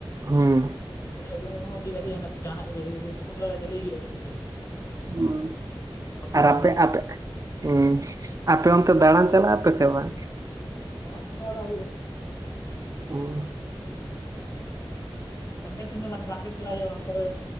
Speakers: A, on the right; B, on the left.
A: ᱦᱩᱸ
B: ᱩᱱᱤᱭᱟᱜ ᱨᱩᱢ ᱨᱮᱦᱚᱸ ᱡᱤᱞ ᱦᱟᱹᱠᱩ ᱡᱟᱦᱟᱱᱟᱜ ᱜᱮ ᱰᱮᱞᱦᱤ ᱟᱼᱦᱟᱹᱠᱩ ᱰᱚᱞᱮ ᱰᱮᱞᱤ ᱦᱤᱡᱩᱜᱼᱟ ᱨᱩᱢ ᱨᱮ
A: ᱚᱸ
B: ᱦᱟᱹᱠᱩ
A: ᱟᱨ
B: ᱠᱚ ᱟᱱᱰᱟ
A: ᱟᱯᱮ
B: ᱠᱚ
A: ᱟᱯᱮ ᱚᱸ ᱟᱯᱮ ᱚᱱᱛᱮ ᱫᱟᱬᱟᱱ ᱪᱟᱞᱟᱜ ᱟᱯᱮ ᱥᱮ ᱵᱟᱝ?
B: ᱪᱟᱞᱟᱣ ᱪᱟᱞᱟᱣ ᱵᱟᱲᱟ ᱦᱩᱭᱩᱜᱼᱟ
A: ᱚᱸ
B: ᱥᱚᱱᱰᱮ ᱥᱚᱱᱰᱮ ᱢᱟᱱᱮ ᱢᱟᱨᱠᱮᱴ ᱦᱩᱭᱩᱜᱼᱟ ᱚᱱᱚᱛᱮᱨᱮ